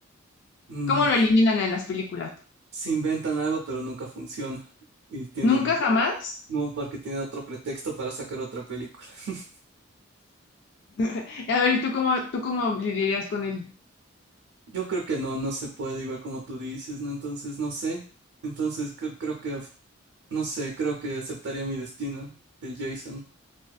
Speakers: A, on the right (about 80°); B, on the left (about 60°).
A: Mm,
B: cómo lo eliminan en las películas?
A: se inventan algo, pero nunca funciona. Y tienen,
B: ¿Nunca, jamás?
A: no, porque tienen otro pretexto para sacar otra película. <laughs>
B: <laughs> A ver, ¿y ¿tú cómo, tú cómo lidiarías con él?
A: Yo creo que no, no se puede, igual como tú dices, ¿no? Entonces, no sé. Entonces, cre- creo que, no sé, creo que aceptaría mi destino del Jason.